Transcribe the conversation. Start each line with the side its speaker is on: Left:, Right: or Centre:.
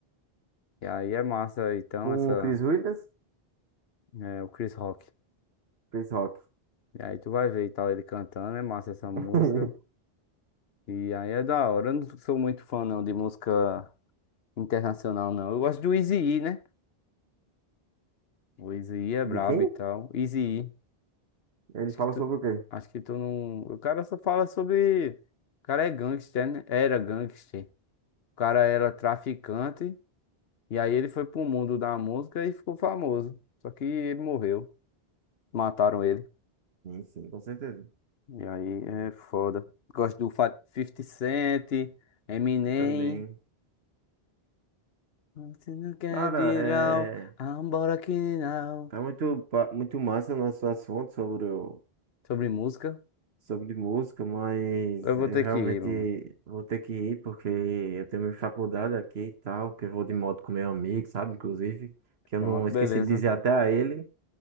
Left: E aí é massa, então,
Right: Com
Left: essa.
Right: o Chris Williams,
Left: É, o Chris Rock.
Right: Chris Rock.
Left: E aí tu vai ver e tal, ele cantando, é massa essa música.
Right: <laughs>
Left: E aí é da hora. Eu não sou muito fã, não, de música internacional, não. Eu gosto do Eazy-E, né? O Eazy-E é
Right: De
Left: brabo
Right: quem?
Left: e tal. Eazy-E.
Right: Ele
Left: Acho
Right: fala
Left: que tu.
Right: sobre o quê?
Left: Acho que tu não. O cara só fala sobre. O cara é gangster, né? Era gangster. O cara era traficante. E aí ele foi pro mundo da música e ficou famoso. Só que ele morreu. Mataram ele.
Right: Sim, sim, com certeza.
Left: E aí é foda. Gosto do Fa- 50 Cent, Eminem.
Right: Eu também.
Left: Você não quer
Right: Cara,
Left: ir
Right: é.
Left: ao- embora aqui não.
Right: Tá muito, pa- muito massa o nosso assunto sobre o
Left: Sobre música,
Right: sobre música, mas
Left: eu vou
Right: eu
Left: ter
Right: realmente
Left: que ir, mano.
Right: vou ter que ir porque eu tenho minha faculdade aqui e tal, que eu vou de moto com meu amigo, sabe? Inclusive, que eu
Left: Pronto,
Right: não esqueci
Left: beleza.
Right: de dizer até a ele,